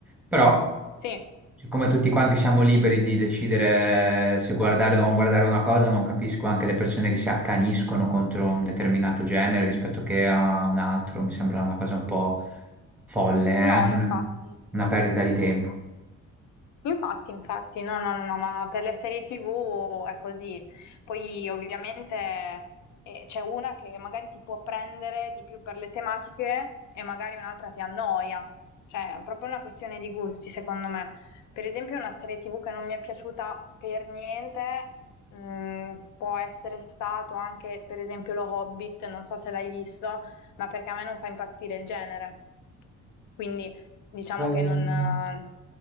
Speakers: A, in the centre; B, on the left (about 75°).
A: Però,
B: sì,
A: siccome tutti quanti siamo liberi di decidere se guardare o non guardare una cosa, non capisco anche le persone che si accaniscono contro un determinato genere rispetto che a un altro. Mi sembra una cosa un po' folle, è
B: no,
A: anche
B: infatti.
A: una una perdita di tempo.
B: Infatti, infatti, no, no, no, no, ma per le serie TV è così. Poi ovviamente eh, c'è una che magari ti può prendere di più per le tematiche e magari un'altra ti annoia. Cioè, è proprio una questione di gusti, secondo me. Per esempio, una serie TV che non mi è piaciuta per niente, mh, può essere stato anche, per esempio, Lo Hobbit, non so se l'hai visto, ma perché a me non fa impazzire il genere. Quindi Diciamo
A: Ehm,
B: che non, eh,